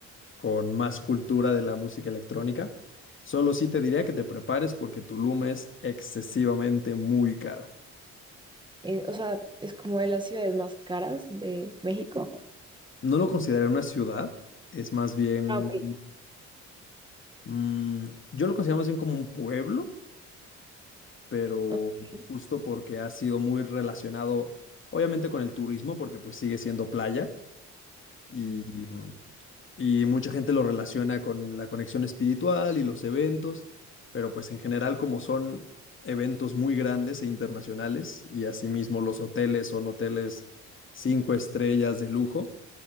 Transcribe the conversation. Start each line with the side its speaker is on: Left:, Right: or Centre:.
Left: con más cultura de la música electrónica. Solo sí te diría que te prepares porque Tulum es excesivamente muy caro.
Right: Eh, o sea, es como de las ciudades más caras de México.
Left: No lo consideraría una ciudad, es más bien,
Right: Ah, ok.
Left: mm, yo lo considero más bien como un pueblo, pero
Right: Ok.
Left: justo porque ha sido muy relacionado, obviamente con el turismo, porque pues sigue siendo playa y, mm, y mucha gente lo relaciona con la conexión espiritual y los eventos, pero pues en general como son eventos muy grandes e internacionales y asimismo los hoteles son hoteles cinco estrellas de lujo